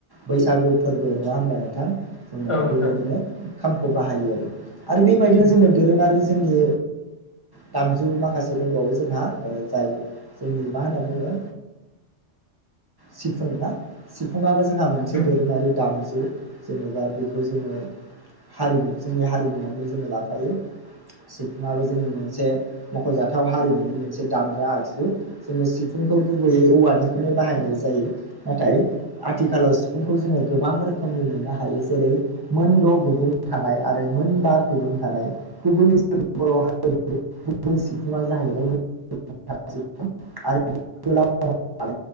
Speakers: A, on the right (about 30°); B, on the left (about 25°).
A: बैसागु फोरबो नङा होनबा नोंथां जोङो
B: औ नोंथां
A: बेबायदिनो खामखौ बाहायो आरो आरो बेबायदिल'
B: उम
A: जोङो दोरोङारि जोंनि दामजु माखासे दंबावो जोंहा जाय जोंनि मा होननानै बुङो सिफुं ना सिफुङाबो जोंहा मोनसे
B: उम
A: दोरोङारि दाम जु जेनेबा बेखौ जोङो हारिमु जोंनि हारिमुआवनो जोङो लाफायो। सिफुङाबो जोंनि मोनसे मख'जाथाव हारिमुनि मोनसे दामग्रा आगजु जोङो सि फुंखौ गुबैयै औवानिखौनो बाहायनाय जायो नाथाय आथिखालाव सिफुंखौ जोङो गोबां रोखोम नि मोननो हायो जेरै मोनद' गुदुं थानाय आरो मोनबा गुदुं थानाय गुबैै <unintelligible> बर' हारिनि गुबै सिफुंआ जाहैबाय <unintelligible> आरो गोलाव